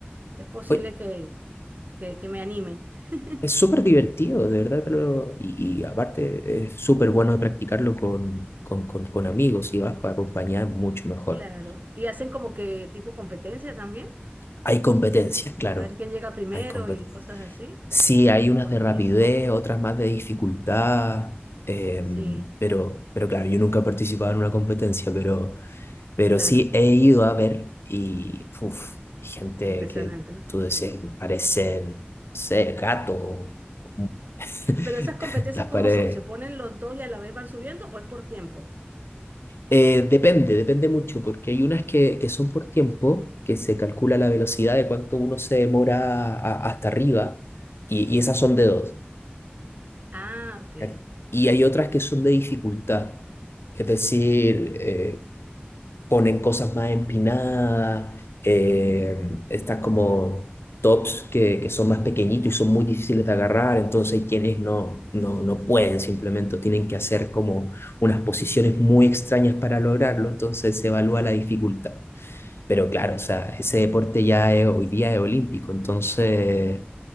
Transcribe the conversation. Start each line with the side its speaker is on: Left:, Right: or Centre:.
Right: Es posible
Left: Oye,
Right: que, que, que me anime. <laughs>
Left: Es súper divertido, de verdad. te lo- Y, y aparte, es súper bueno de practicarlo con, con, con, con amigos y vas acompañada, es mucho mejor.
Right: Claro. Y hacen como que tipo competencia también,
Left: Hay competencias, claro.
Right: a ver quién llega primero
Left: Hay competencias.
Right: y cosas así,
Left: Sí, hay unas
Right: por
Left: de rapidez,
Right: tiempo.
Left: otras más de dificultad. em,
Right: Sí,
Left: pero, pero claro, yo nunca he participado en una competencia, pero, pero
Right: claro.
Left: sí he ido a ver y uf, gente
Right: Impresionante,
Left: que
Right: ¿no?
Left: tú decías, parecen, no sé, gato, <laughs>
Right: Pero esas competencias,
Left: las paredes.
Right: ¿cómo son? ¿Se ponen los dos y a la vez van subiendo o es por tiempo?
Left: Eh, depende, depende mucho, porque hay unas que, que son por tiempo, que se calcula la velocidad de cuánto uno se demora a- hasta arriba, y, y
Right: Sí.
Left: esas son de dos.
Right: Ah, ok.
Left: ¿ca- Y hay otras que son de dificultad, es decir, eh, ponen cosas más empinadas, eh, estas como tops que, que son más pequeñitos y son muy difíciles de agarrar, entonces hay quienes no, no, no pueden simplemente, tienen que hacer como unas posiciones muy extrañas para lograrlo, entonces se evalúa la dificultad. Pero claro, o sea, ese deporte ya es- hoy día es olímpico, entonces